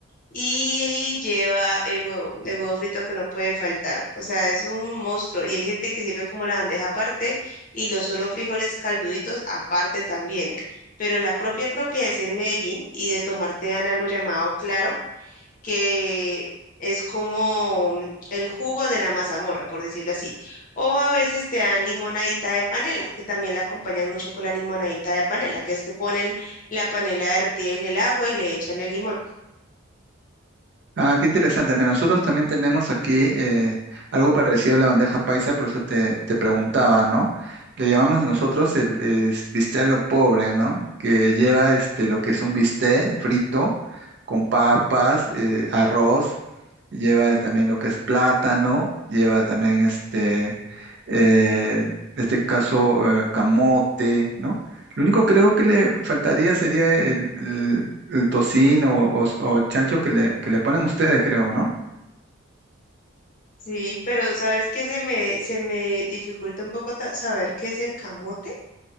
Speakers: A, on the left; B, on the right.
A: y lleva el huevo, el huevo frito que no puede faltar. O sea, es un monstruo. Y hay gente que sirve como la bandeja aparte y los solo frijoles calduditos aparte también. Pero la propia propia es en Medellín y de tomar te dan algo llamado claro, que es como mm, el jugo de la mazamorra, por decirlo así. O a veces te dan limonadita de panela, que también la acompañan mucho con la limonadita de panela, que es que ponen la panela derretida en el agua y le echan el limón.
B: Ah, qué interesante. Mira, nosotros también tenemos aquí eh, algo parecido a la bandeja paisa, por eso te, te preguntaba, ¿no? Le llamamos nosotros el, es bistec a lo pobre, ¿no? Que lleva este, lo que es un bistec frito con papas, eh, arroz, lleva también lo que es plátano, lleva también este, eh, en este caso, eh, camote, ¿no? Lo único creo que le faltaría sería el, el- el tocino o, o- o chancho que le, que le ponen ustedes, creo, ¿no?
A: Sí, pero ¿sabes qué? Se me, se me dificulta un poco ta- saber qué es el camote.